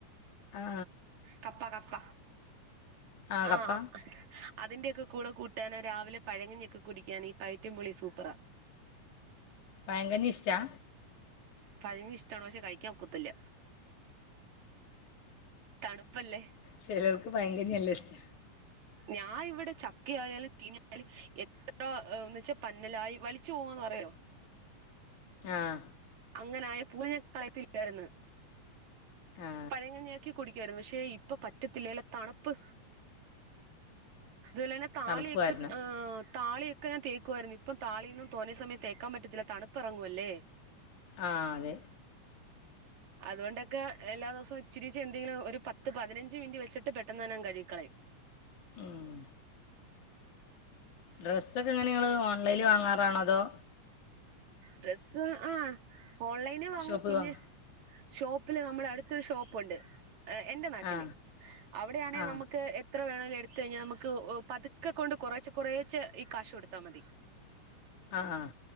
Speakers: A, on the left; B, on the right.
A: ആ
B: കപ്പ കപ്പ
A: ആ കപ്പ
B: ആഹ്. അതിന്റെയൊക്കെ കൂടെ കൂട്ടാാന് രാവിലെ പഴങ്ങഞ്ഞൊക്കെ കുടിക്കാൻ ഈ പൈറ്റം പുളി സൂപ്പറാ.
A: പഴങ്കഞ്ഞി ഇഷ്റ്റാ.
B: പഴങ്കഞ്ഞി ഇഷ്ട്ടാണോ ചോയ്ച്ചാൽ കഴിക്കാൻ ഒക്കത്തില്ല. തണുപ്പല്ലേ
A: ചേലോൽക് പഴങ്കഞ്ഞി നല്ല ഇഷ്റ്റാ.
B: ഞാൻ ഇവിടെ ചക്ക ആയാലും ചീന ആയാലും എത്ര ഒന്ന്ച്ച പന്നലായി വലിച്ചു പോവാന്നറിയോ.
A: ആഹ്
B: അങ്ങനെ <unintelligible> കളയത്തില്ലായിരുന്ന്
A: ആ
B: പഴംകഞ്ഞി ക്കി കുടിക്കായിരുന്നു പക്ഷെ ഇപ്പൊ പറ്റത്തില്ലല്ലോ തണുപ്പ്. എല്ലാരും താളിക്ക്
A: തണുപ്പ് കാരണം
B: ആഹ് താളിയൊക്കെ ഞാൻ തേക്കുവായിരുന്നു. ഇപ്പം താളിയൊന്നും തോനെ സമയം തേക്കാൻ പറ്റത്തില്ല. തണുപ്പിറങ്ങുവല്ലേ
A: ആഹ് അതെ
B: അതോണ്ടൊക്കെ എല്ലാ ദിവസവും ഇച്ചിരിച്ച് എന്തെങ്കിലും ഒരു പത്ത്, പതിനഞ്ച് മിനിറ്റ് വെച്ചിട്ട് പെട്ടെന്ന് തന്നെ അങ്ങ് കഴുകിക്കളയും
A: ആഹ് ഡ്രസ്സൊക്കെ എങ്ങനെ നിങ്ങള് ഓൺലൈനിൽ വാങ്ങാറാണോ അതോ
B: ഡ്രസ്സ് ആഹ് ഓൺലൈനിൽ വാങ്ങും
A: ഷോപ്പിൽ
B: പിന്നെ
A: വാങ്ങ
B: ഷോപ്പില് നമ്മുടെ അടുത്തൊരു ഷോപ്പുണ്ട്. എന്റെ നാട്ടില്
A: ആ
B: അവിടെയാണെങ്കിൽ
A: ആ
B: നമുക്ക് എത്ര വേണമേങ്കിലും എടുത്ത് കഴിഞ്ഞാൽ നമുക്ക് പതുക്കെ കൊണ്ട് കുറെച്ച കുറേച്ച് ഈ കാശ് കൊടുത്താൽ മതി.
A: ആഹ്